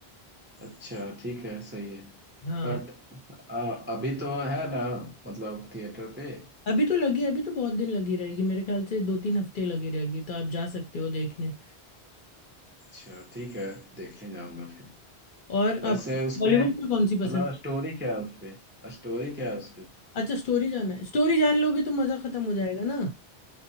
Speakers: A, on the right; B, on the left.
A: अच्छा ठीक है सही है
B: हाँ
A: बट अभी तो है ना मतलब थिएटर पे
B: अभी तो लगी अभी तो बहुत दिन लगी रहेगी मेरे ख्याल से दो तीन हफ्ते लगी रहेगी तो आप जा सकते हो देखने
A: अच्छा ठीक है देखने जाऊंगा फिर
B: और आप
A: वैसे उसपे
B: बॉलीवुड
A: मतलब
B: में कौन सी पसंद
A: स्टोरी क्या है उसपे स्टोरी क्या है उसपे भी
B: अच्छा स्टोरी जानना है स्टोरी जान लोगे तो मज़ा ख़त्म हो जाएगा ना